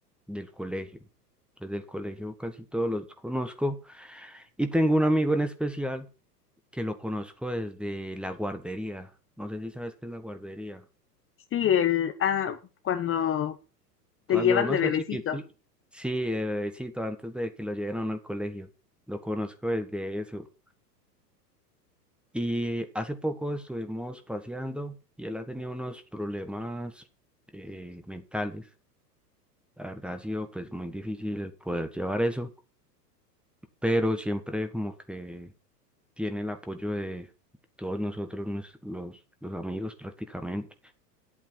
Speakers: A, in the centre; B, on the left (about 25°).
A: del colegio. entonces del colegio casi todos los conozco. Y tengo un amigo en especial que lo conozco desde la guardería. No sé si sabes qué es la guardería.
B: Sí, el, ah, cuando te
A: Cuando
B: llevan
A: uno
B: de
A: está
B: bebecito.
A: chiquitito, sí, de bebecito, antes de que lo lleven a uno al colegio. Lo conozco desde eso. Y hace poco estuvimos paseando y él ha tenido unos problemas eh, mentales. La verdad ha sido pues muy difícil el poder llevar eso, pero siempre como que tiene el apoyo de todos nosotros, nos- los, los amigos prácticamente.